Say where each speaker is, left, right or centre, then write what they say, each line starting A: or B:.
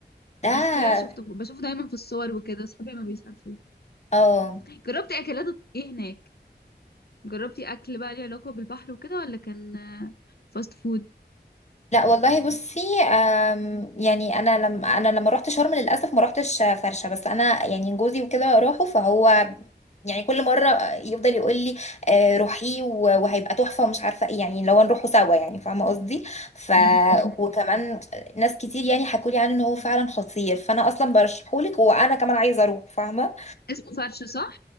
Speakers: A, on the left; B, on the left.
A: ده
B: عارفاه شفته بشوفه دايما في الصور وكده صحابي ما بيسافروا
A: اه
B: جربتي اكلات ايه هناك جربتي اكل بقى ليه علاقة بالبحر وكده ولا كان فاست فود
A: لا والله بصي آم، يعني انا لما انا لما رحت شرم للاسف ما رحتش فرشه بس انا يعني جوزي وكده راحوا فهو يعني كل مرة يفضل يقول لي آه، روحي و- وهيبقى تحفة ومش عارفة ايه يعني لو نروحوا سوا يعني فاهمة قصدي ف
B: مم.
A: وكمان ناس كتير يعني حكولي عنه ان هو فعلا خطير فانا اصلا برشحهولك وانا كمان عايزة اروح فاهمة
B: اسمه فرشة صح